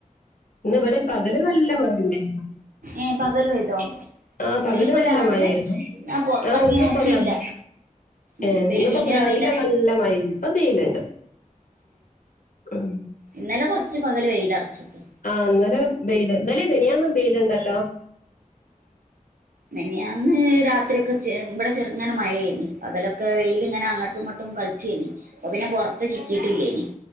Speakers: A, on the left; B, on the right.
A: ഇന്ന്വടിം പകല് നല്ല മയണ്ടെ
B: ഏ പകല് പെയ്തോ
A: ആ പകല്
B: ഇനിയിപ്പോ
A: നല്ല
B: രാവിലെ
A: മയേയ്ര്ന്നു
B: ഞാൻ പൊറത്തെറങ്ങി
A: ആ ന്ന്പ്പൊരാ
B: നോക്കിയില്ല ഉം
A: ഏ
B: പെയ്തീനോ
A: ന്ന്പ്പൊ രാവിലെ
B: അറിയില്ല
A: നല്ല മയേനു അതീല്ണ്ട് ഉം
B: ന്നലെ കൊർച്ച് പകല് വെയിലർച്ചുട്ടോ
A: ആ ന്നലെ വെയ്ല് ന്നലിം മെനിയാന്നും വെയ്ല്ണ്ടല്ലോ
B: മെനയാന്ന് രാത്രിയൊക്കെ ചെ ഇവടെ ചെർങ്ങനെ മഴേയ്ന് പകലൊക്കെ വെയില് ങ്ങനെ അങ്ങട്ടുങ്ങട്ടു ട്ടും കൾചേനി പ്പൊ പിന്നെ പൊർത്ത് ചിക്കിട്ടില്ലേനി